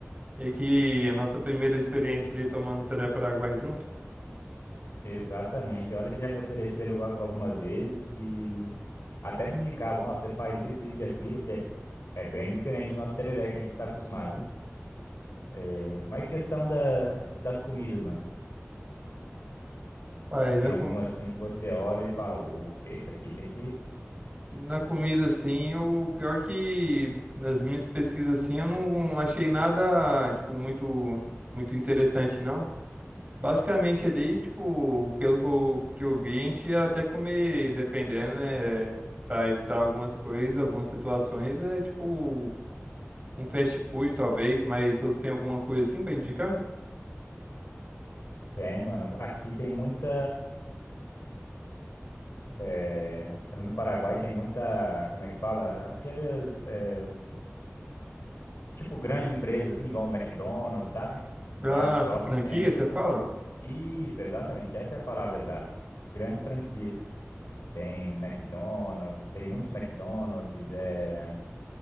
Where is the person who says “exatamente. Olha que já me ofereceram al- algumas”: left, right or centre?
Left